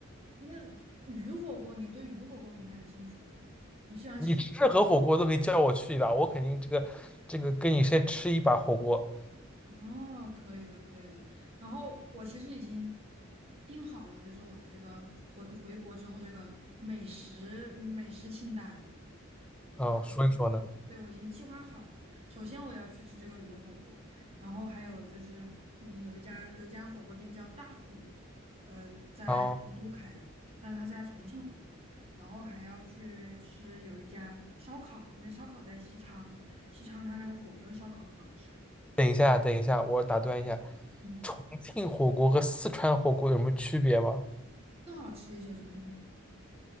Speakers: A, on the right; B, in the centre.
A: 那鱼火锅，你对鱼火锅很感兴趣吗？你喜欢吃鱼
B: 你吃任何火锅都可以叫我去一把，我肯定这个这个跟你先吃一把火锅，
A: 哦，可以的，可以的。然后我其实已经定好了，就是我的这个回回国之后这个美食美食清单。我的，
B: 嗯、说一说呢。
A: 对，我已经计划好了。首先我要去吃这个鱼火锅，然后还有就是，嗯，有一家有一家火锅店叫大虎，呃，在成都开的，
B: 然后
A: 但是他是在重庆火锅。然后还要去吃有一家烧烤，那烧烤在西昌，西昌它那个火盆儿烧烤很好吃。
B: 等一下，等一下，我打断一下，
A: 嗯。
B: 重庆火锅和四川火锅有什么区别吗？
A: 更好吃一些重庆火锅。